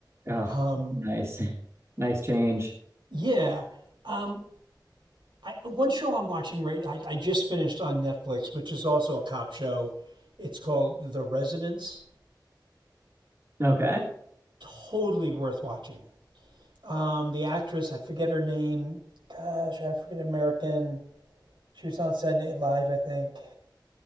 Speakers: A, on the right; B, on the right.
A: Ah,
B: Um,
A: nice. <laughs> Nice change.
B: yeah. Um, I, one show I'm watching right, I, I just finished on Netflix, which is also a cop show. It's called The Residence.
A: Okay.
B: Totally worth watching. Um, the actress, I forget her name. Gosh, African American. She was on Saturday Night Live, I think.